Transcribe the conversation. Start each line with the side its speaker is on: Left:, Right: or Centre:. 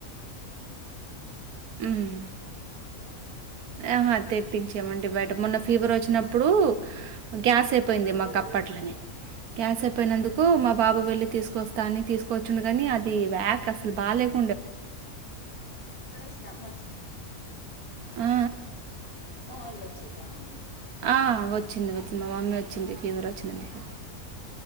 Left: పెడి
Right: మ్మ్
Left: కావచ్చు.
Right: ఆహా తెప్పించేమండి బయట మొన్న ఫీవర్ వచ్చినప్పుడు నప్పుడు గ్యాస్ అయిపోయింది మాకు అప్పట్లనే గ్యాస్ అయిపోయినందుకు మా బాబు వెళ్లి తీసుకొస్తా అని తీసుకొచ్చుండు గాని అది వ్యాక్ అసలు బాలేదు
Left: ఫవరస్ మ
Right: ఆ
Left: మా వాళ్ళు వచీరా అంటునా
Right: ఆ వచ్చింది వచ్చింది మా మమ్మీ వచ్చింది ఫీవర్ వచ్చినందుకు